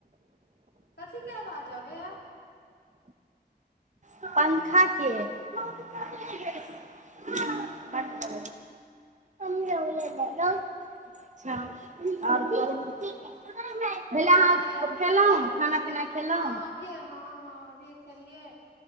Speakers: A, on the left; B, on the right.
A: कथी के आवाज आवे या?
B: पंखा के। <unintelligible>
A: अच्छा
B: अच्छा आओर कहु भेले अहाँ
A: दवाइ आब हमु
B: खेलहुँ
A: खेबे
B: खाना
A: मम्मी
B: पीना
A: अथि
B: खेलहुँ
A: हँ अभिये हँ हँ अभिये खेलियै